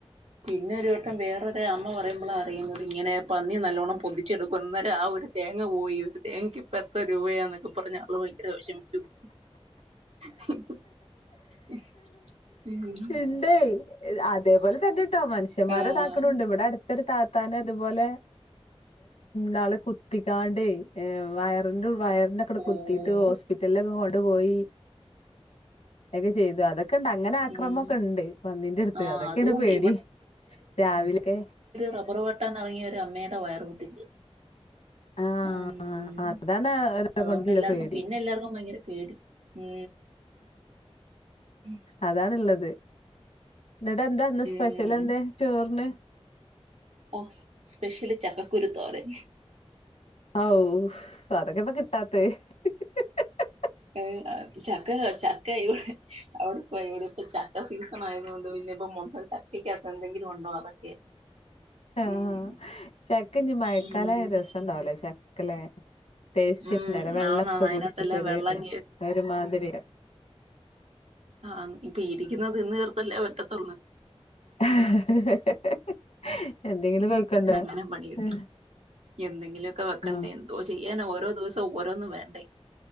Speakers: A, on the right (about 75°); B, on the left (about 80°).
A: പിന്നെ ഒരു വട്ടം വേറൊരു അമ്മ പറയുമ്പോളാ അറിയുന്നത് ഇങ്ങനെ പന്നി നല്ലോണം പൊതി ചെറുമ്പന്നലെ ആ ഒരു തേങ്ങ പോയി ഒരു തേങ്ങക്ക് ഇപ്പ എത്ര രൂപയാന്നൊക്കെ പറഞ്ഞ് ആള് ഭയങ്കര വിഷമിച്ചു ചൊ ഹി ഹി ഹി ഉം
B: ഇണ്ടേ അതേപോലെ തന്നെട്ടോ മനുഷ്യന്മാരെതാക്ക്ണുണ്ട്
A: ആഹ്
B: ഇവിടെ അടുത്ത് ഒരു താത്താനെ അതുപോലെ നാള് കുത്തിക്കാണ്ട് വയറിന്റെ ഉ വയറിനൊക്കെങ്ങട്ട്
A: ഓ
B: കുത്തിട്ട് ഹോസ്പിറ്റലിലൊക്കെ കൊണ്ട് പോയി ഒക്കെ ചെയ്തു അതൊക്കെ. ഒക്കണ്ട് അങ്ങനെ ആക്രമൊക്കെണ്ട്പന്നിന്റെടുത്ത്
A: ഉം ആഹ്
B: അതൊക്കെണ്
A: അതുകൊണ്ട്
B: പേടി രാവിലൊക്കെ.
A: റബർ വെട്ടാൻയെറങ്ങിയ ഒരു അമ്മേടെ വയർ കുത്തി കീറി
B: ആഹ്
A: മം മ്
B: അതാണ് അവരെ
A: അതുകൊണ്ട്
B: കൊണ്ടുള്ള
A: എല്ലാർക്കും
B: പേടി
A: പിന്നെ എല്ലാർക്കും ഭയങ്കര പേടി ഉം ഉം
B: അതാണ്ള്ളത്. ന്നിട്ടെന്താ ഇന്ന്
A: ഉം
B: സ്പെഷ്യൽ എന്താ ചോറിന്?
A: ഓ സ്പെഷൽ ചക്കകുരു തോരൻ.
B: ഔ അതൊക്കെ ഇപ്പൊ കിട്ടാത്തെ ഹി ഹി ഹി
A: ഏ ആ ചക്ക ചക്ക ഇവിടെ അവിടെപ്പൊ ഇവിടെപ്പൊ ചക്ക സീസ ണായത് കൊണ്ട് പിന്നെ മെത്തം ചക്ക ക്കകത്ത് എന്തെങ്കിലും ഉണ്ടോ അതൊക്കെ.
B: ആ
A: ഉം
B: ആഹ ചക്ക ഇഞ്ഞ് മഴക്കാലായ
A: ഉം
B: രസണ്ടാവുല ചക്കലേ? ടേസ്റ്റ്
A: ഉം
B: ഇണ്ടാവൂല്ല വെള്ളൊക്കെ
A: ആന്നാ അതിനകത്തെല്ലാം
B: കുടിച്ചിട്ടൊരുമാതിരിയാണ്
A: വെള്ളം ആ ആഹ് ഇപ്പൊ ഇരിക്കുന്നത് തിന്ന് തീർത്തല്ലേ പറ്റത്തൊള്ളൂ.
B: ഹി ഹി ഹി എന്തെങ്കിലും. കഴിക്കണ്ടേ
A: അങ്ങനെ പണി കിട്ടി
B: ആഹ്
A: എന്തെങ്കിലുമൊക്കെ വെക്കണ്ടേ
B: ആഹ്
A: എന്തോ ചെയ്യും നിത്യേനെ ഓരോ ദിവസവും ഓരോന്ന് വേണ്ടേ?